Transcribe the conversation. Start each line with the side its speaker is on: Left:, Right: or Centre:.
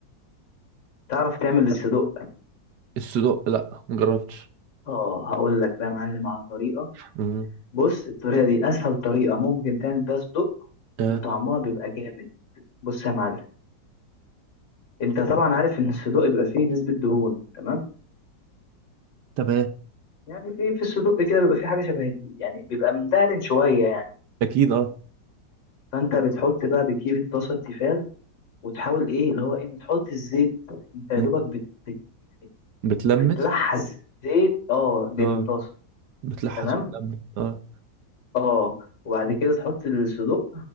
Left: تعرف تعمل الصدق
Right: السودوء لا مجربتش
Left: اه هقول لك بقى يا معلم على طريقه
Right: مم.
Left: بص الطريقه دي اسهل طريقه ممكن تعمل بيها صدق
Right: آه.
Left: وطعمها بيبقى جامد بص يا معلم انت طبعا عارف ان الصدوق بيبقى فيه نسبة دهون تمام
Right: تمام
Left: يعني في في الصدوق كده بيبقى فيه حاجة شبه ال- يعني بيبقى مدهن شوية يعني
Right: اكيد اه
Left: فانت بتحط بقى بتجيب الطاسة التيفال وتحاول ايه اللي هو ايه ما تحط الزيت انت يا
Right: مم.
Left: دوبك بت بت- يعني
Right: بتلمس
Left: بتلحس زيت اه للطاسة
Right: اه بتلحس
Left: تمام
Right: وتلمس اه
Left: اه وبعد كده تحط الصدوق